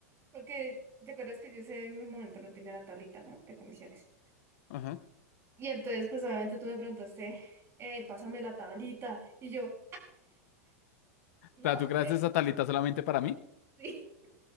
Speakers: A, on the right; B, on the left.
A: porque te acuerdas que yo ese momento no tenía la tablita, ¿no? De comisiones.
B: ajá. O
A: Y entonces, pues obviamente tú me preguntaste, eh, pásame la tablita. Y yo,
B: sea,
A: No
B: ¿tú creaste
A: te.
B: esa tablita solamente para mí?
A: <laughs>